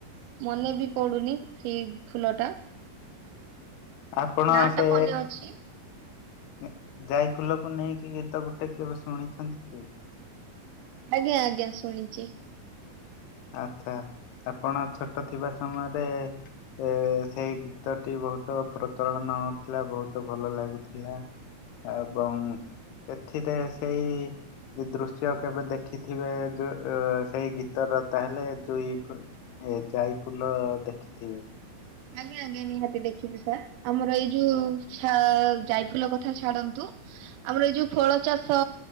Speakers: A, on the right; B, on the left.
A: ମନେ ବି ପଡୁନି ସେଇ ଫୁଲ ଟା।
B: ଆପଣ
A: ନା
B: ସେ
A: ଟା ମନେ ଅଛି।
B: ଏଁ, ଯାଇ ଫୁଲକୁ ନେଇକି ଗୀତ ଗୋଟେ କେବେ ଶୁଣିଛନ୍ତି କି?
A: ଆଜ୍ଞା ଆଜ୍ଞା ଶୁଣିଛି।
B: ଆଚ୍ଛା ଆପଣ ଛୋଟ ଥିବା ସମୟରେ ଏ, ସେଇ ଗୀତ ଟି ବହୁତ ପ୍ରଚଳନ ହଉଥିଲା, ବହୁତ ଭଲ ଲାଗୁଥିଲା।
A: ହ <inaudible>
B: ଏବଂ ସେଥିରେ ସେଇ ଯେ ଦୃଶ୍ୟ କେବେ ଦେଖିଥିବେ ଯୋ ଅ, ସେହି ଗୀତର ତାହେଲେ ଯୁଇ କ-ଏ ଯାଇ ଫୁଲ ଦେଖିଥିବେ।
A: ଆଜ୍ଞା, ଆଜ୍ଞା ନିହାତି ଦେଖିଛି ସାର୍ ଆମର ଏଇ ଯୋଉ ଛା- ଜାଇଫୁଲ କଥା ଛାଡନ୍ତୁ। ଆମର ଏଇ ଯୋଉ ଫଳ ଚାଷ